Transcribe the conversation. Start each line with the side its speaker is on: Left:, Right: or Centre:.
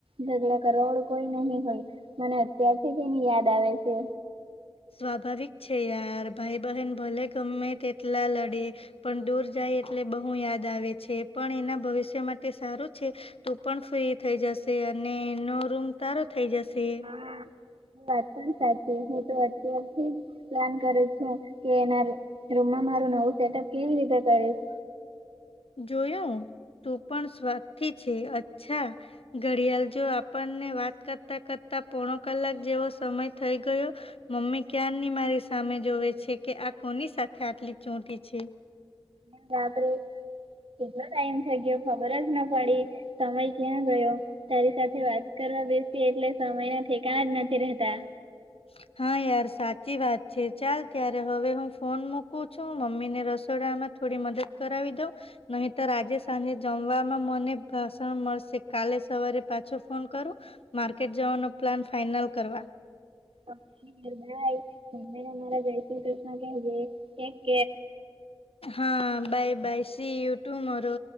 Right: ઝઘડ કરોડ કોઈ નહી હોય મને અત્યારથી એની યાદ આવે છે
Left: સ્વાભાવિક છે યાર ભાઈ બહેન ભલે ગમે તેટલા લડે પણ દૂર જાય. એટલે બહુ યાદ આવે છે પણ એના ભવિષ્ય માટે સારું છે તો પણ ફ્રી થઈ જશે. અને નો રૂમ તારો થઇ જશે.
Right: હા. વાત પણ સાચી હું તો અત્યારથી પ્લાન કરું છું કે એના રૂમમાં મારું નવું સેટઅપ કેવી રીતે કરીશ.
Left: જોયું. તું પણ સ્વાથી છે અચ્છા ઘડિયાળ જો આપણને વાત કરતા કરતા. પોણો કલાક જેવો સમય થઈ ગયો મમ્મી ક્યાાર નની મારી સામે જોવે છે કે. કોની શાખા આટલી ચોટી છે.
Right: એ રાબે. કેટલો ટાઈમ થ ગયો ખબર જ ના પડી સમય ક્યાં ગયો તારી સાથે વાત કરી. બેસી એટલે છ મહિના થી ક જ નથી રહેતા.
Left: હ. હા યાર સાચી વાત છે ચાલ ત્યારે હવે હું ફોન મૂકું છું મમ્મી ને રસોડામાં. થોડી મદદ કરાવી દઉ નહી તો આજે સાંજે જમવામાં મને ભાષણ મળશે કાલે સવારે પાછો ફોન કર માર્કેટ જવાનો પ્લાન ફાઈનલ કરવા.
Right: અી ભાઈ એ અમારા જય શ્રી કૃષ્ણ કેહેજે. એક.
Left: હા બાય બાય સી યુટ્યુમરો.